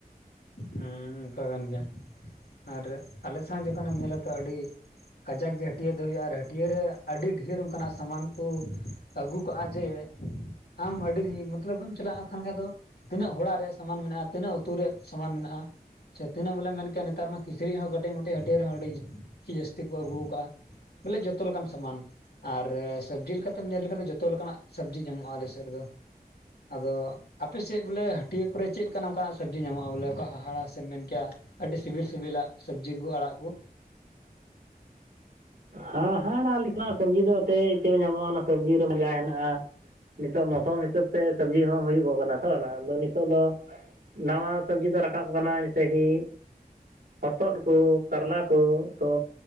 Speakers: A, on the left (about 85°); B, on the right (about 75°).
A: ᱦᱮᱸ ᱚᱱᱠᱟ ᱠᱟᱱ ᱜᱮᱭᱟ, ᱟᱨ ᱟᱞᱮ ᱥᱟᱶ ᱡᱚᱠᱷᱚᱱᱮᱢ ᱧᱮᱞᱟ ᱛᱚ ᱟᱹᱰᱤ ᱠᱟᱡᱟᱠ ᱜᱮ ᱦᱟᱹᱴᱭᱟᱹ ᱫᱚ ᱦᱩᱭᱩᱜᱼᱟ᱾ ᱟᱨ ᱦᱟᱹᱴᱭᱟᱹᱨ ᱨᱮ ᱟᱹᱰᱤ ᱰᱷᱮᱨ ᱚᱱᱠᱟᱱᱟᱜ ᱥᱟᱢᱟᱱ ᱠᱚ, ᱟᱹᱜᱩ ᱠᱟᱜᱼᱟ ᱡᱮ, ᱟᱢ ᱟᱹᱰᱤ ᱢᱚᱛᱞᱚᱵᱮ ᱮᱢ ᱪᱟᱞᱟᱜᱼᱟ ᱛᱟᱦᱚᱞ ᱠᱷᱟᱱ ᱫᱚ᱾ ᱛᱤᱱᱟᱹᱜ ᱦᱚᱲᱟᱜ ᱨᱮᱭᱟᱜ ᱥᱟᱢᱟᱱ ᱢᱮᱱᱟᱜᱼᱟ ᱛᱤᱱᱟᱹᱜ ᱩᱛᱩ ᱨᱮ ᱥᱟᱢᱟᱱ ᱢᱮᱱᱟᱜᱼᱟ? ᱥᱮ ᱛᱤᱱᱟᱹᱜ ᱵᱚᱞᱮ ᱢᱮᱱ ᱠᱮᱭᱟ ᱱᱮᱛᱟᱨ ᱢᱟ ᱠᱤᱪᱨᱤᱡ ᱦᱚᱸ ᱠᱟᱹᱴᱤᱡ ᱢᱟᱹᱴᱤᱡ ᱦᱟᱹᱴᱤᱭᱟᱹ ᱨᱮ ᱦᱚᱸ ᱟᱹᱰᱤ ᱜᱮ ᱡᱟᱹᱥᱛᱤ ᱠᱚ ᱟᱹᱜᱩ ᱠᱟᱜᱼᱟ᱾ ᱵᱚᱞᱮ ᱡᱚᱛᱚ ᱞᱮᱠᱟᱱ ᱥᱟᱢᱟᱱ᱾ ᱟᱨ ᱥᱟᱹᱵᱽᱡᱤ ᱞᱮᱠᱟᱛᱮᱢ ᱧᱮᱞ ᱞᱮᱠᱷᱟᱱ ᱫᱚ ᱡᱚᱛᱚ ᱞᱮᱠᱟᱱᱟᱜ ᱥᱟᱹᱵᱽᱡᱤ ᱧᱟᱢᱚᱜᱼᱟ, ᱟᱞᱮ ᱥᱮᱫ ᱨᱮᱫᱚ᱾ ᱟᱫᱚ ᱟᱯᱮᱥᱮᱫ ᱵᱚᱞᱮ ᱦᱟᱹᱴᱤᱭᱟᱹ ᱠᱚᱨᱮ ᱪᱮᱫ ᱞᱮᱠᱟ ᱚᱱᱠᱟᱱᱟᱜ ᱥᱟᱹᱵᱽᱡᱤ ᱧᱟᱢᱚᱜᱼᱟ ᱵᱚᱞᱮ ᱚᱱᱠᱟ ᱦᱟᱦᱟᱲᱟ? ᱥᱮᱢ ᱢᱮᱱ ᱠᱮᱭᱟ ᱟᱹᱰᱤ ᱥᱤᱵᱤᱞ ᱥᱤᱵᱤᱞᱟᱜ ᱥᱟᱹᱵᱽᱡᱤ ᱠᱚ ᱟᱲᱟᱜ ᱠᱩ
B: ᱦᱟᱸ ᱦᱟᱸᱲᱟᱜ ᱞᱮᱠᱟᱱᱟᱜ ᱥᱟᱹᱵᱽᱡᱤ ᱫᱚ ᱛᱮᱦᱮᱱ ᱪᱮᱫ ᱧᱟᱢᱚᱜᱼᱟ ᱚᱱᱟ ᱥᱟᱹᱵᱽᱡᱤ ᱨᱮ ᱢᱟᱡᱟ ᱦᱮᱱᱟᱜᱼᱟ᱾ ᱱᱤᱛᱚᱜ ᱢᱳᱥᱚᱢ ᱦᱤᱥᱟᱹᱵ ᱛᱮ ᱥᱟᱹᱵᱽᱡᱤ ᱦᱚᱸ ᱦᱩᱭᱩᱜᱚᱜ ᱠᱟᱱᱟ ᱛᱚ ᱟᱫᱚ ᱱᱤᱛᱚᱜ ᱫᱚ ᱱᱟᱣᱟ ᱥᱟᱹᱵᱽᱡᱤ ᱫᱚ ᱨᱟᱠᱟᱵ ᱠᱟᱱᱟ ᱡᱮᱥᱮ ᱠᱤ ᱦᱚᱛᱚᱫ, ᱠᱚ ᱠᱟᱨᱞᱟ, ᱠᱚ ᱛᱚ